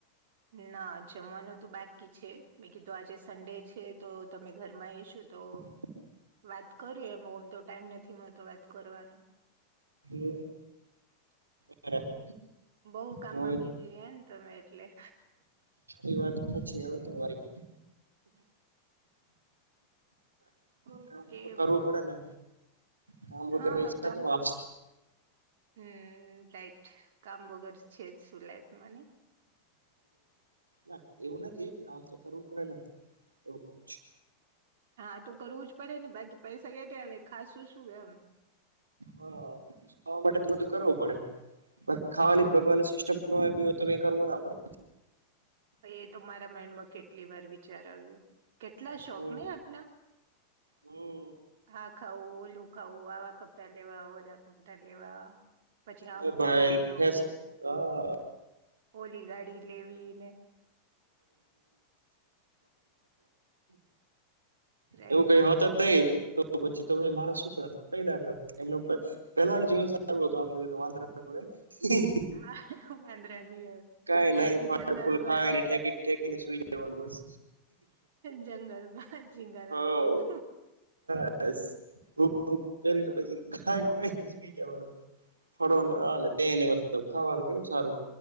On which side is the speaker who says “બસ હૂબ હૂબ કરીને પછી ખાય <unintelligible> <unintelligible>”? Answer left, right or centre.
Right